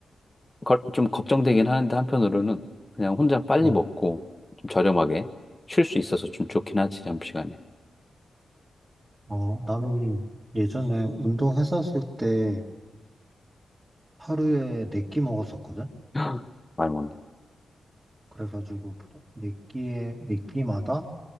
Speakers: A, on the left (about 15°); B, on the right (about 20°).
A: 거- 좀 걱정되긴 하는데 한편으로는 그냥 혼자 빨리
B: 어,
A: 먹고 좀 저렴하게 쉴 수 있어서 좀 좋긴 하지, 점심시간에.
B: 어, 나는 예전에 운동했었을 때 하루에 네끼 먹었었거든?
A: <laughs> 많이 먹네.
B: 그래가지고 네 끼에 네 끼마다